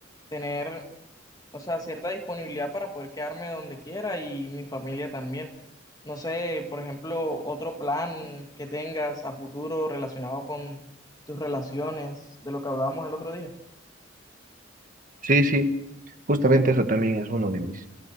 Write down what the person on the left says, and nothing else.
tener o sea, cierta disponibilidad para poder quedarme donde quiera y mi familia también. No sé, por ejemplo, otro plan que tengas a futuro relacionado con tus relaciones, de lo que hablábamos el otro día.